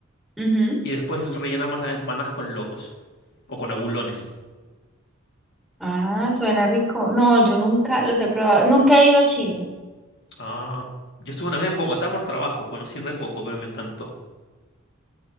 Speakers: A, in the centre; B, on the left.
A: ujú.
B: y después rellenamos las empanadas con locos o con abulones.
A: Ah, suena rico. No,
B: Sí.
A: yo nunca los he probado. Nunca he ido a Chile.
B: Ah, yo estuve una vez en Bogotá por trabajo, conocí re poco, pero me encantó.